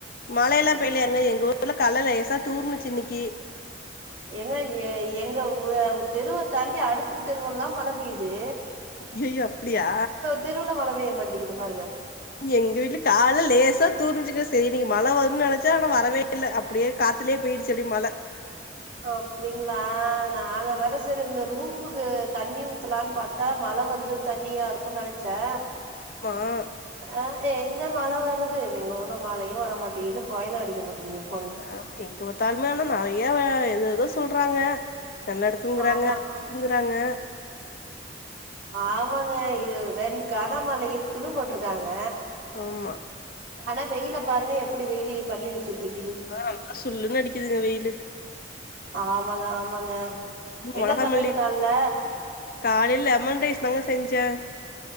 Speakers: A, on the left; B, on the right.
A: மழ எல்லா பெய்லயாங்க எங்க ஊர்ல கலைல லேசா தூர்னுச்சு இன்னைக்கு
B: ஏங்க எங்க தெருவ தாண்டி அடுத்த தெருவெல்லா மழை பெயுது
A: அய்யயோ அப்டியா
B: தெருவுல மழ பேய மாட்டிக்குது பாருங்க
A: எங்க வீட்ல காலைல லேசா தூர்ச்சுங்க சேரி இன்னைக்கு மழை வரும்னு நெனைச்சா ஆனா வரவே இல்லை அப்டியே காத்துலயே போயிடுச்சு அப்டி மழை
B: அப்டிங்களா நாங்க வேற செரி இந்த ரூஃபுக்கு தண்ணி ஊத்துலாம்னு பாத் தா மழை வந்து தண்ணியா இருக்கும்னு நெனைச்சே
A: ஆமா
B: அ எங்க மழை வருது எங்க போண மழையு வரமாட்டேங்குது புயலும் அடிக்க மாட்டேங்குது போங்க
A: ஆமா எங்க பாத்தாலுமே ஆனா நிறைய வே எது எதோ சொல்றாங்க நின்னுட்டு தூங்குறாங்க
B: ஆமா
A: ங்கறாங்க
B: ஆமாங்க இர் ரெண்ட் கனமழ இருக்குன்னு போட்ருக்காங்க
A: ஆமா
B: ஆனா வெயில பாருங்க எப்டி வெய்லி பல்லிளிச்சிட் நிக்குது
A: ஆ நல்லா சுல்லுன் அடிக்குதுங்க வெயிலு
B: ஆமாங்க ஆமாங்க
A: ம் மொளகா
B: என்ன சமையல்
A: மல்லி
B: கால்ல
A: காலைல் லெமன் ரைஸ் தாங்க செஞ்சே